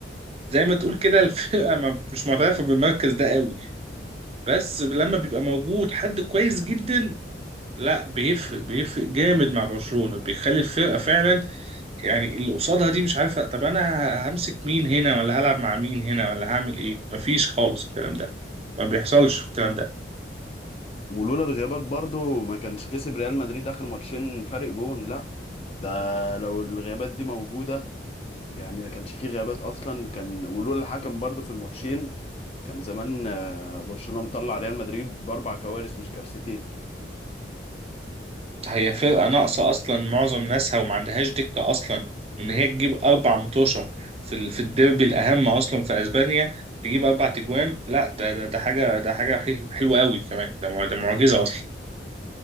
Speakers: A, on the right; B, on the left.
A: زي ما تقول كده الفرقه <laughs> ما- مش معترفه بالمركز ده قوي بس لما بيبقى موجود حد كويس جدا لا بيفرق بيفرق جامد مع برشلونه بيخلي الفرقه فعلا يعني اللي قصادها دي مش عارفه طب انا همسك مين هنا ولا هلعب مع مين هنا ولا هعمل ايه مفيش خالص الكلام ده ما بيحصلش الكلام ده
B: ولولا الغيابات برضو ما كانش كسب ريال مدريد آخر ماتشين فارق جون لا ده لو الغيابات دي موجودة يعني ما كانش فيه غيابات أصلا كان ولولا الحكم برضو في الماتشين كان زمان آه، برشلونة مطلع ريال مدريد بأربع كوارث مش كارثتين
A: هي فرقة ناقصة أصلا معظم ناسها وما عندهاش دكة أصلا إن هي تجيب أربع متوشة في ال- في الديربي الأهم أصلا في أسبانيا تجيب أربع تجوان لا ده ده, ده حاجة ده حاجة حلو- حلوة أوي كمان ده مع- ده معجزة أصلا